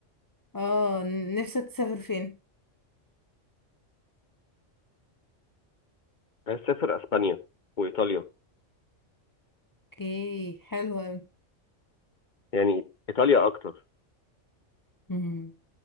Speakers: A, on the left (about 20°); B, on the left (about 40°).
A: اه ن- نفسك تسافر فين
B: عايز اسافر اسبانيا وايطاليا
A: اوكي حلو قوي
B: يعني ايطاليا اكتر
A: مم.